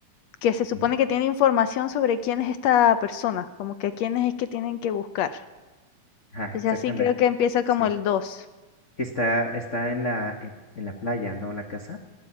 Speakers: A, on the left; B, on the left.
A: que se supone
B: Ajá,
A: que tiene información sobre quién es esta persona, como que a quiénes es que tienen que buscar.
B: Ajá,
A: Entonces
B: exactamente.
A: así creo que empieza
B: Sí.
A: como el dos
B: Que está, está en la, en, en la playa, ¿no? La casa.